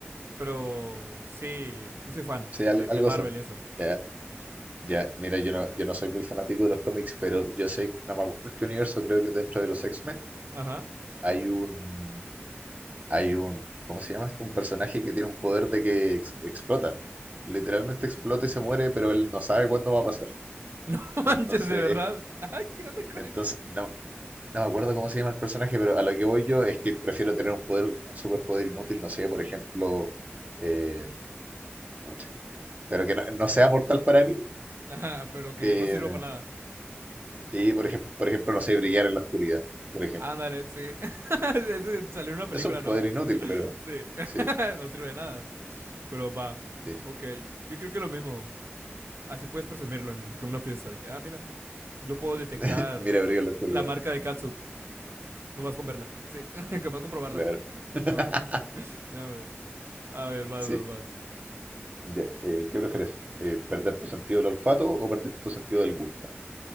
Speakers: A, on the right (about 60°); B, on the right (about 35°).
A: Pero. Sí, sí soy fan
B: Sí, al-
A: de, de
B: algo
A: Marvel
B: así.
A: y eso.
B: Ya, ya, mira, yo no, yo no soy muy fanático de los cómics, pero yo sé, no me acuerdo en qué universo, creo que dentro de los X-Men
A: Ajá. <laughs>
B: hay un, hay un, ¿cómo se llama esto? Un personaje que tiene un poder de que ex- explota. Literalmente explota y se muere, pero él no sabe cuándo va a pasar.
A: No manches,
B: Entonces,
A: de verdad. Ay, ¿qué onda con
B: entonces,
A: eso?
B: no, No me acuerdo cómo se llama el personaje, pero a lo que voy yo es que prefiero tener un poder, un superpoder inútil, no sé, por ejemplo, eh, pucha, pero que no, no sea mortal para mí,
A: Ajá, pero que
B: que
A: no sirva para nada.
B: sí, por ejemplo, por ejemplo, no sé, brillar en la oscuridad, por ejemplo.
A: Ándale, sí. <laughs> Ese salió en una película,
B: Es un poder
A: ¿no?
B: inútil, pero
A: Sí. <laughs>
B: sí,
A: no sirve de nada. Pero va.
B: sí.
A: Ok, yo creo que lo mismo. Así puedes presumirlo de que en una fiesta. De que, ah, mira, yo puedo detectar
B: <laughs> Mira, brillar en la oscuridad,
A: la marca de catsup. Nomás con verla. Sí, <laughs> nomás comprobarla.
B: claro,
A: No,
B: <laughs>
A: hombre. No, hombre. A ver, vas,
B: sí.
A: vas, vas.
B: Ya, eh, ¿qué prefieres? Eh, ¿perder tu sentido del olfato o perder tu sentido del gusto?